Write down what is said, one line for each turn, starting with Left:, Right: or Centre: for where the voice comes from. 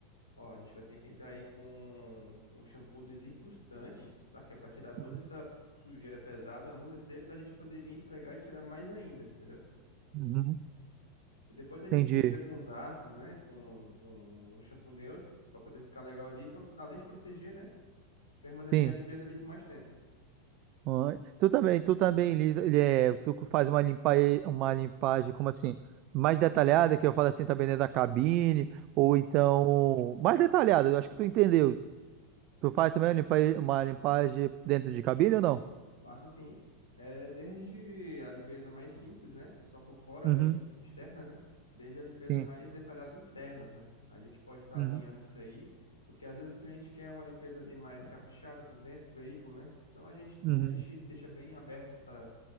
Left: Ó, a gente vai ter que entrar aí com, com um shampoo desincrustante, tá? Que é para tirar toda
Right: Uhum.
Left: essa sujeira pesada, amolecer, para a gente poder vir esfregar e tirar mais ainda, entendeu?
Right: Uhum.
Left: E depois a gente
Right: Entendi.
Left: entra com os ácidos, né? Com, com o shampoo neutro, para poder ficar legal ali, além de proteger, né? Permanecer
Right: Sim.
Left: a limpeza ali por mais tempo.
Right: Ah, Tu também, tu também, li- ele é, tu faz uma limpa, uma limpagem, como assim, mais detalhada, que eu falo assim, também dentro da cabine, ou então, mais detalhada, eu acho que tu entendeu. Tu faz também uma limpa- uma limpagem dentro de cabine ou não?
Left: Faço sim. é desde a limpeza mais simples, né, só por fora
Right: Uhum.
Left: ali, externa, né, desde a limpeza
Right: Sim.
Left: mais detalhada interna, né. A gente pode estar
Right: Uhum.
Left: alinhando isso aí, porque às vezes o cliente quer uma limpeza ali mais caprichada por dentro do veículo, né. Então a gente
Right: Uhum.
Left: a gente deixa bem aberto essa